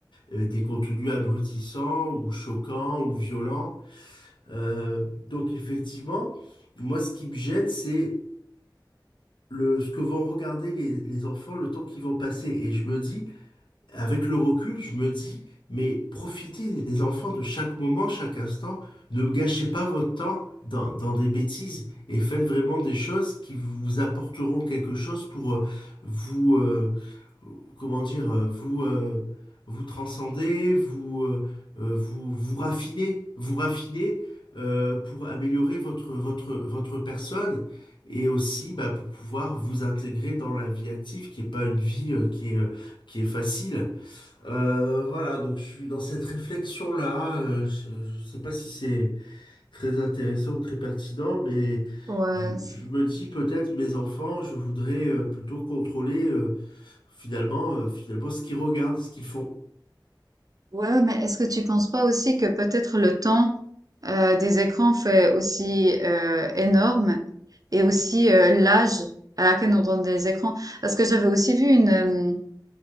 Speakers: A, on the left; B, on the right.
A: Euh, des contenus abrutissants ou choquants ou violents. Euh, donc effectivement, moi ce qui me gêne, c'est le, ce que vont regarder les, les enfants le temps qu'ils vont passer. Et je me dis, avec le recul, je me dis, mais profitez des enfants de chaque moment, chaque instant. Ne gâchez pas votre temps dans, dans des bêtises et faites vraiment des choses qui vous apporteront quelque chose pour euh, vous, euh, comment dire, euh, vous, euh, vous transcender, vous, euh, euh, vous, vous raffiner, vous raffiner euh, pour améliorer votre, votre, votre personne. Et aussi, bah, pour pouvoir vous intégrer dans la vie active, qui n'est pas une vie euh, qui est, euh, qui est facile. Euh, voilà, donc je suis dans cette réflexion-là. euh, je ne sais pas si c'est très intéressant ou très pertinent, mais
B: Ouais,
A: je, je me dis peut-être mes enfants, je voudrais euh, plutôt contrôler euh, finalement, euh, finalement ce qu'ils regardent, ce qu'ils font.
B: Ouais, mais est-ce que tu penses pas aussi que peut-être le temps euh, des écrans fait aussi euh, énorme et aussi euh, l'âge à laquelle on donne des écrans? Parce que j'avais aussi vu une, euh,